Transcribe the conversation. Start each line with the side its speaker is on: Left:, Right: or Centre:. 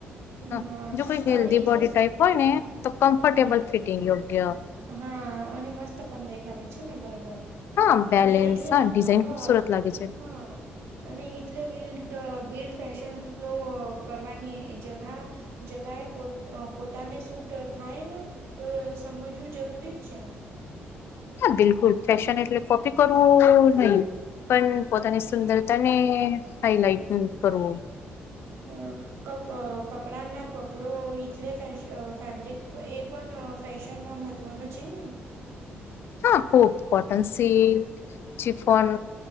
Left: હ
Right: હા
Left: જો કોઈ હેલ્ધી
Right: એટલે
Left: બોડી ટાઈપ હોયને તો કમ્ફર્ટેબલ
Right: હા
Left: ફિટિંગ યોગ્ય
Right: હા અને મસ્ત પણ દેખાવે છેને બરોબર
Left: હા બેલેન્સ
Right: અને એટલે
Left: હા ડિઝાઇન
Right: હા
Left: ખૂબસુરત લાગે છે.
Right: હા અને એટલે બિલ્ડ બિલ્ડ ફેશન ફ્લો કરવાની જગા જગાએ પો પોતાને શૂટ થાયને તો સમજવું જરૂરી જ છે.
Left: હા બિલકુલ ફેશન એટલે કોપી કરવું નહી પણ
Right: હમ.
Left: પોતાની સુંદર અને હાઈલાઈટ કરવું
Right: અ કપ કપડાના કપડો લે ફસ ફેબ્રિક એ પણ ફેશનમાં મહત્વનો છે ને
Left: હા ખૂબ કોટન સીલ્ક ચિફન,